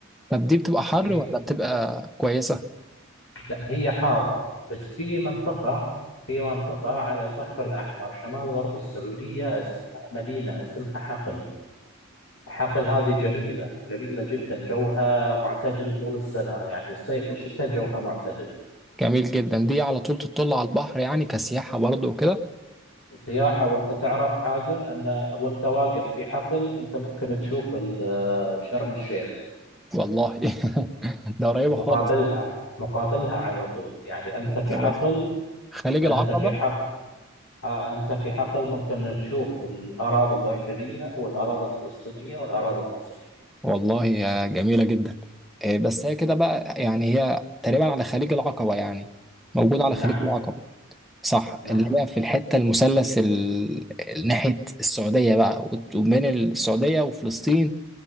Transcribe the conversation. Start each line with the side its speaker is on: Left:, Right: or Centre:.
Centre: طب دي بتبقى حر
Left: في
Centre: ولا بتبقى كويسة
Left: لا هي حارة بس في منطقة في منطقة على البحر الأحمر شمال غرب السعودية اسمها مدينة اسمها حقل حقل هذه جميلة جميلة جدا جوها معتدل طول السنة يعني الصيف والشتاء جوها معتدل
Centre: جميل جدا دي على طول تطل على البحر يعني كسياحة برضه وكده
Left: سياحة وأنت تعرف حاجة أن وأنت واقف في حقل أنت ممكن تشوف ال- شرم الشيخ
Centre: والله <laughs> ده قريبة
Left: مقابلها
Centre: خالص
Left: مقابلها على طول يعني أنت في
Centre: أنا
Left: حقل
Centre: في خليج
Left: أنت
Centre: العقبة
Left: في حق آه، أنت في حقل ممكن تشوف الأراضي الأردنية والأراضي الفلسطينية والأراضي المصرية
Centre: والله يا جميلة جدا آه، بس هي كده بقى يعني هي تقريبا على خليج العقبة يعني موجودة على
Left: نعم
Centre: خليج العقبة صح
Left: نعم
Centre: اللي هي في الحتة المثلث ال- ال- ناحية السعودية بقى وت- وبين السعودية وفلسطين